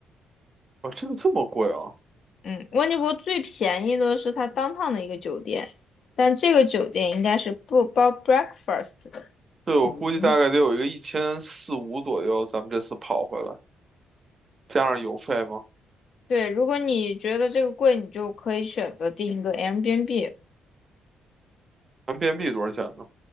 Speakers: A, on the right; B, on the left.
A: 啊，这个这么贵啊？
B: 嗯，温尼伯最便宜的是它当趟的一个酒店，但这个酒店应该是不包 breakfast 的。
A: 对，我估计大概得有一个一千四五左右，
B: 嗯，
A: 咱们这次跑回来加上邮费吗？
B: 对，如果你觉得这个贵，你就可以选择订一个 Airbnb，
A: 咱们 b n b 多少钱呢？